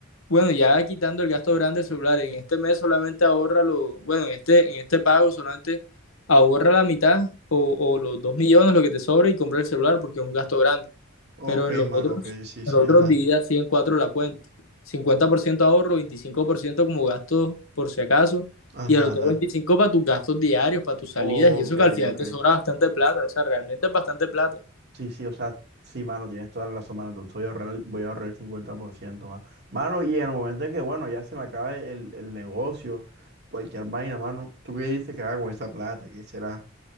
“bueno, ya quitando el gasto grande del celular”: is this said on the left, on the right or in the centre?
Left